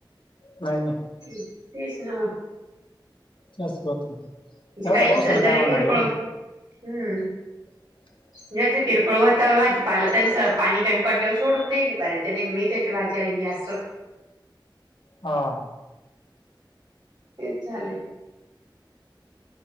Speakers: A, on the left; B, on the right.
A: नाही नाही.
B: ह् तेच ना म
A: च होत
B: म्हणजे
A: एवढ्या
B: काहींच
A: पाऊस ना काय
B: जरी
A: वाणार
B: किरकोळ
A: आहे हो.
B: हम्म.
A: ह.
B: ज्यांचं किरकोळ होता भाजीपा आला त्यांचं पाणी कामी पडल्यावर सोडून द्याले बऱ्याच ज म त्याच्या बा जा अस.
A: हा.
B: तेच झाले.